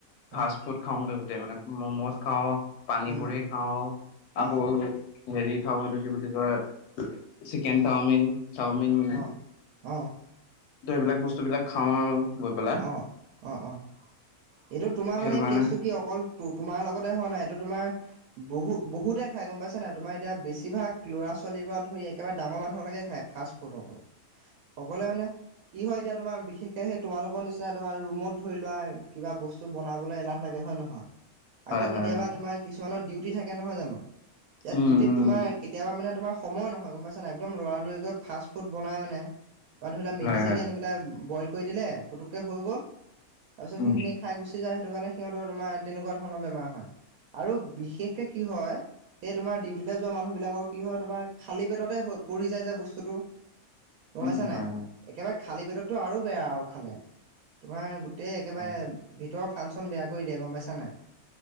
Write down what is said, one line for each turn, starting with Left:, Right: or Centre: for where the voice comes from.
Left: ফাষ্ট
Right: উম
Left: ফুড খাওঁগে গোটেই মানে, মম'জ খাওঁ, পানী
Right: উম
Left: পুৰি খাওঁ আকৌ
Right: অঁ
Left: হেৰি খাওঁ এইটো কি বুলি কয় চিকেন চাওমিন। চাওমিন মানে।
Right: অঁ অঁ
Left: এইবিলাক বস্তুবিলাক খাও আৰু গৈ। পেলাই
Right: অ', অ', অ'। এইটো তোমাৰ
Left: সেইটো
Right: মানে
Left: কাৰণে
Right: কেইচটো কি অকল টো তোমাৰ লগতে হোৱা নাই, এইটো তোমাৰ বহু বহুতে খাই গম পাইচা নাই, তোমাৰ এতিয়া বেছিভাগ ল'ৰা ছোৱালী পৰা ধৰি একেবাৰে ডাঙৰ মানুহলৈকে খায়। ফাষ্ট ফুড অকল।
Left: <inaudible>
Right: সকলোৱে মানে কি হয় এতিয়া তোমাৰ বিশেষকে সেই তোমালোক <unintelligible> নিচিনা তোমাৰ ৰুমত ধৰি লোৱা কিবা বস্তু বনাবলৈ এলাহ লাগে হয় নহয়?
Left: হয়
Right: আকৌ
Left: হয়
Right: কেতিয়াবা
Left: হয়
Right: তোমাৰ কিছুমানৰ ডিউটি থাকে নহয় জানো, ইয়াত
Left: উম
Right: ডিউটিত তোমাৰ কেতিয়াবা মানে তোমাৰ সময় নহয় গম পাইছা নাই, একদম লৰালৰিকৈ ফাষ্ট ফুড বনাই মানে। বা ধৰি লোৱা মেগি
Left: উম হয়
Right: চেগি
Left: হয়
Right: আনি পেলাই বইল কৰি দিলে, পুটুককে হৈ গ'ল তাৰপিছত
Left: উম
Right: সেইখিনি খাই গু যায় সেইটো কাৰণে সিহঁতৰ তোমাৰ তেনেকুৱা ধৰণৰ বেমাৰ হয়। আৰু বিশেষকে কি হয় সেই তোমাৰ ডিউটিলৈ যোৱা মানুহবিলাকৰ কি হয় তোমাৰ খালী পেটতে হৈ পৰি যায় যে বস্তুটো। গমাইছা
Left: উম
Right: নাই?
Left: হয় হয়
Right: একেবাৰে খালী পেটততো আৰু বেয়া আৰু খালে। তোমাৰ গোটেই একেবাৰে
Left: হয়
Right: ভিতৰৰ ফাংচন বেয়া কৰি দিয়ে গম পাইছা নাই?